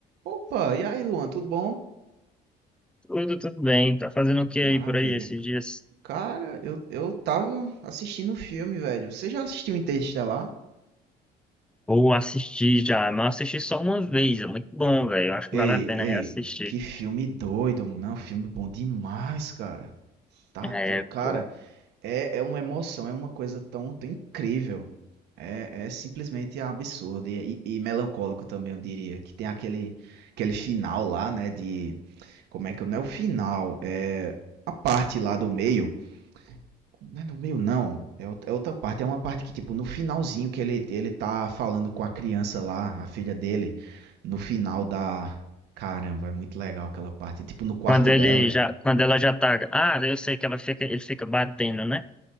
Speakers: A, on the right; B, in the centre.
A: Opa, e aí, Luan, tudo bom?
B: Tudo, tudo bem. Tá fazendo o que
A: Maravilha.
B: aí por aí esses dias?
A: Cara, eu, eu tava assistindo um filme, velho. Você já assistiu Interestelar?
B: Ou assisti já, mas eu assisti só uma vez, é muito bom, velho. Eu acho que
A: Ei,
B: vale a pena
A: ei,
B: reassistir.
A: que filme doido, mano. Não, filme bom demais, cara. Tá
B: É,
A: do... Cara,
B: pô.
A: é, é uma emoção, é uma coisa tão, tão incrível. É, é simplesmente absurdo e, e- e melancólico também, eu diria. Que tem aquele, aquele final lá, né? De. Como é que eu. Não é o final, é a parte lá do meio. Não é no meio, não. É outra é outra parte. É uma parte que, tipo, no finalzinho que ele, ele tá falando com a criança lá, a filha dele, no final da. Caramba, é muito legal aquela parte. Tipo, no quarto
B: Quando ele
A: dela.
B: já, quando ela já tá. Ah, eu sei que ela fica, ele fica batendo, né?